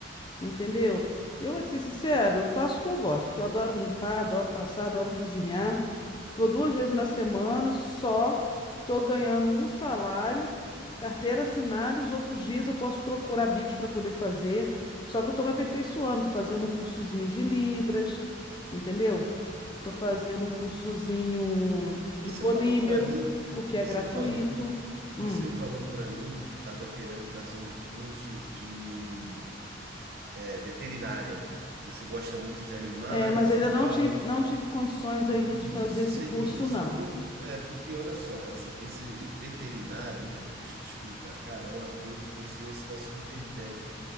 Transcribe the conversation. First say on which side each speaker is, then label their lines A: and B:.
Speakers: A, on the left (about 25°); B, on the right (about 55°).
A: entendeu? E Eu vou te ser sincero, faço o que eu gosto, porque eu adoro limpar, adoro passar, adoro cozinhar. Vou duas
B: uhum,
A: vezes na semana, só tô ganhando um salário, carteira assinada, e os outros dias eu posso procurar bicos para poder fazer. Só que eu tô me aperfeiçoando, tô fazendo um cursozinho de Libras, entendeu? Tô
B: uhum.
A: fazendo um cursozinho de
B: Você
A: polímero,
B: falou para mim,
A: porque
B: você
A: é gratuito.
B: falou, você
A: Hum.
B: falou para mim que estava querendo fazer um curso de é, veterinária. Você gosta muito de animais
A: É, mas ainda
B: e tal.
A: não tive, não tive condições
B: E
A: ainda de fazer
B: isso,
A: esse
B: se-
A: curso,
B: e isso
A: não.
B: prof- é porque, olha só, essa, esse veterinário, então, deixa eu te explicar, cara, é uma coisa que você ia se dar super bem.